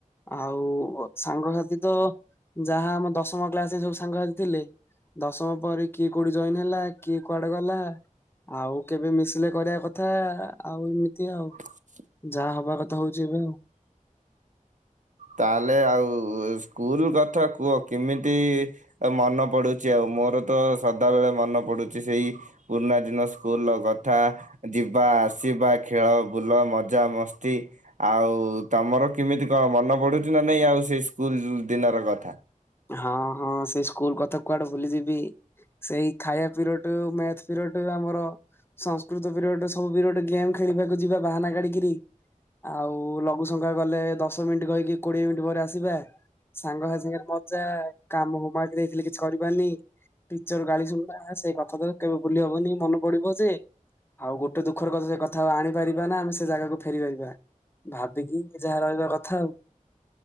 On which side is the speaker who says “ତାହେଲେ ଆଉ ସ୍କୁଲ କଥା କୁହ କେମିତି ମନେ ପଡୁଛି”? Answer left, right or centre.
Right